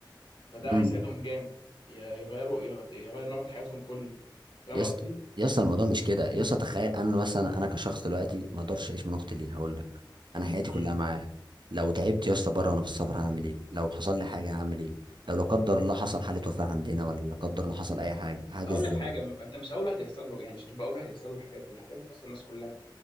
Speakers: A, on the left; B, on the right.
A: فده
B: إمم.
A: هيساعدهم جامد ي- يغيروا يغ- يغير نمط حياتهم كله فاهم
B: يا
A: قصدي
B: اسطى يا اسطى الموضوع مش كده يا اسطى تخيل انا مثلا انا كشخص دلوقتي ما اقدرش اعيش من اختي ليه هقول لك انا حياتي كلها
A: امم
B: معاه لو تعبت يا اسطى بره وانا في السفر هعمل ايه لو حصل لي حاجه هعمل ايه لو لا قدر الله حصل حاله وفاه عندنا ولا لا قدر الله حصل اي حاجه حاجه
A: اقول
B: ازاي
A: لك حاجه م- انت مش اول واحد يحصل له يعني مش تبقى اول واحد يحصل له الحاجات دي الحاجات دي بتحصل للناس كلها